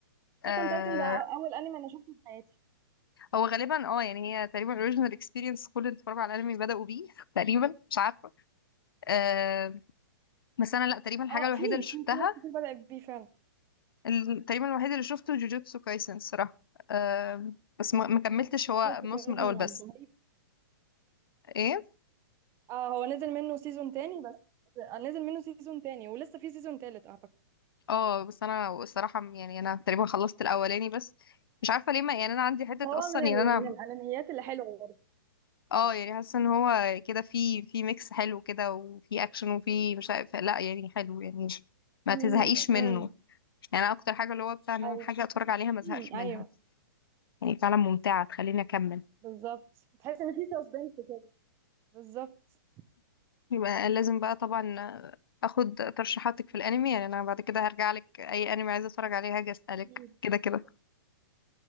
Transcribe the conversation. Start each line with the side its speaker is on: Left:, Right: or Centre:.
Left: آه
Right: تكون تايتن ده أول أنمي أنا شفته في حياتي
Left: هو غالبا اه يعني هي تقريبا اوريجينال اكسبيرينس كل اللي اتفرجوا على الانمي بدأوا بيه <laughs> تقريبا مش عارفة آه بس انا لا تقريبا الحاجة
Right: اه
Left: الوحيدة
Right: في
Left: اللي شفتها
Right: في في ناس كتير بدأت بيه فعلا
Left: ال- تقريبا الوحيد اللي شفته جوجوتسو كايسن الصراحة أم، بس ما ما كملتش هو
Right: شفت
Left: الموسم
Right: كذا
Left: الأول بس
Right: يعني رهيب.
Left: ايه
Right: اه هو نزل منه سيزون تاني بس آه، نزل منه سيزون تاني ولسه في سيزون تالت أعتقد
Left: اه بس انا الصراحة يعني انا تقريبا خلصت الأولاني بس مش عارفة ليه ما يعني انا عندي حتة
Right: بس هو
Left: اصلا
Right: من ال...
Left: يعني انا
Right: من الأنميات اللي حلوة برضه
Left: اه يعني حاسة ان هو كده في في ميكس حلو كده وفي اكشن وفي مش عارف لا يعني حلو يعني ما
Right: امم
Left: تزهقيش منه
Right: امم
Left: يعني أنا اكتر حاجة اللي هو بتاع ان
Right: ايوه
Left: انا حاجة اتفرج عليها ما ازهقش
Right: امم
Left: منها
Right: ايوه
Left: يعني فعلا ممتعة تخليني اكمل
Right: بالظبط تحس ان في سسبنس كده بالظبط
Left: يبقى لازم بقى طبعا اخد ترشيحاتك في الانمي يعني انا بعد كده هرجع لك اي انمي عايزه اتفرج عليه هاجي اسالك
Right: مم.
Left: كده كده